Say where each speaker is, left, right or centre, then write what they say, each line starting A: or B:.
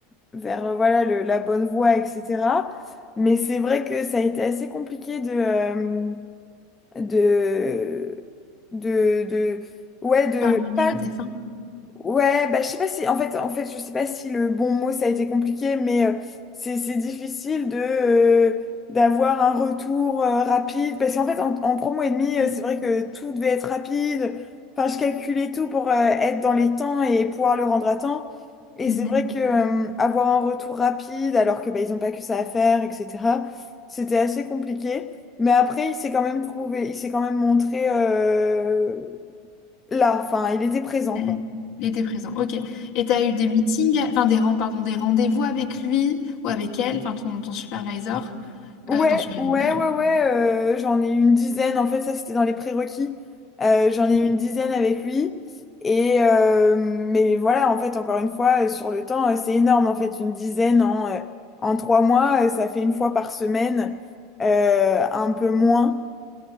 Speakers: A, on the left (about 20°); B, on the left (about 65°).
A: vers euh, voilà, le- la bonne voie, etc. Mais c'est vrai que ça a été assez compliqué de, euh, de, de, de, ouais, de
B: Parvenir
A: pas
B: à tes fins?
A: Ouais, bah, je sais pas si, en fait, en fait, je sais pas si le bon mot ça a été compliqué, mais euh, c'est c'est difficile de euh, d'avoir un retour euh, rapide parce qu'en fait, en, en trois mois et demi, euh,
B: Mm.
A: c'est vrai que tout devait être rapide. Enfin, je calculais tout pour euh, être dans les temps et pouvoir le rendre à temps. Et
B: Mhm.
A: c'est vrai que euh, avoir un retour rapide alors que bah, ils ont pas que ça à faire, etc. C'était assez compliqué. Mais après, il s'est quand même trouvé, il s'est quand même montré euh, là. Enfin, il était présent,
B: Mhm.
A: quoi.
B: Il était présent, ok. Et t'as eu des meetings, enfin des, ren- pardon, des rendez-vous avec lui ou avec elle, enfin ton, ton supervisor,
A: Ouais,
B: euh, ton superviseur.
A: ouais, ouais, ouais, euh, j'en ai eu une dizaine, en fait, ça c'était dans les prérequis. Euh, j'en ai
B: Ok.
A: eu une dizaine avec lui. Et euh, mais voilà, en fait, encore une fois, euh, sur le temps, euh, c'est énorme, en fait, une dizaine en, euh, en trois mois, euh, ça fait une fois par semaine, euh, un peu moins.